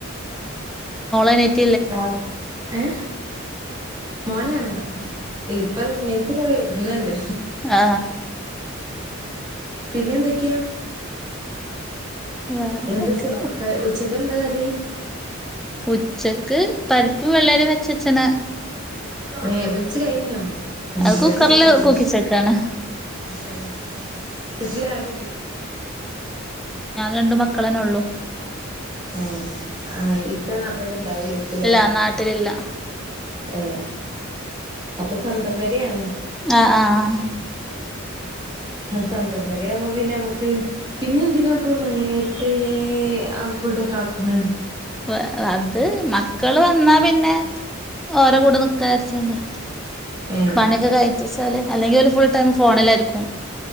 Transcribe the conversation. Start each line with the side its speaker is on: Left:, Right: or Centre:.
Centre: എണിറ്റ
Right: ആ ഏ മോനാണ് ഉം ഇപ്പം നിക്ക് വരുന്നുണ്ട്
Centre: ആ
Right: പിന്നെ എന്തൊക്കെയാ
Centre: വേറെന്തൊക്കെ
Right: എന്ത് ചോ ക ഉച്ചക്ക് എന്താ കറി
Centre: ഉച്ചക്ക് പരിപ്പ് വെള്ളരി വച്ചച്ചന
Right: ഏ വെച്ച് കഴിഞ്ഞോ ഒമ്പതര
Centre: അത് കുക്കറില്
Right: ആയിട്ടേ ഉള്ളു
Centre: കൂക്കിച്ചക്കാണ്
Right: ഏ വിട്ടില്ല
Centre: രണ്ടു മക്കളന്നെ ഉള്ളൂ
Right: ആ ആ ഇക്ക അവിടെ ഉണ്ടാവും ഇപ്പില്ലെ
Centre: ഇല്ല നാട്ടിലില്ല
Right: ആ അപ്പൊ സന്തം പെരയാണ്
Centre: ആ ആ ആ
Right: ആ സ്വന്തം പെരയാകുമ്പോ പിന്നെ ഞമ്മക്ക് പിന്നെന്തിനാപ്പം നേ ഏ അവുടെ കാക്കണ
Centre: <unintelligible> അത് മക്കള് വന്നാൽ പിന്നെ ഓരെകൂടെ നിക്കാവിചാരിച്ചണ്ടാ
Right: ഏഹ്
Centre: പണിയൊക്കെ കഴിച്ച്വച്ചാല് അല്ലെങ്കിൽ ഓല് ഫുൾടൈം ഫോണിലായിരിക്കും